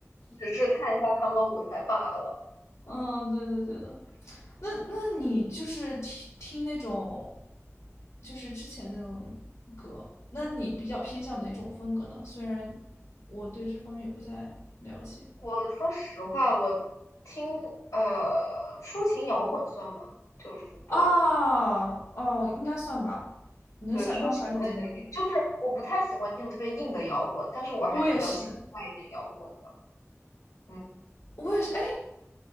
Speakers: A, on the left; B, on the left.
A: 只是看一下他们的舞台罢了。
B: <laughs> 嗯，对对对的。那那你就是听听那种就是之前那种歌，那你比较偏向哪种风格呢？虽然我对这方面也不太了解。
A: 我说实话，我听呃抒情摇滚算吗？就是对
B: 啊哦，应该算吧。你能想象出来是怎么样的？
A: 对抒情类的也，就是我不太喜欢听特别硬的摇滚，但是我还比较喜欢带一点摇滚的。
B: 我也是，
A: 嗯，
B: 我也是。哎，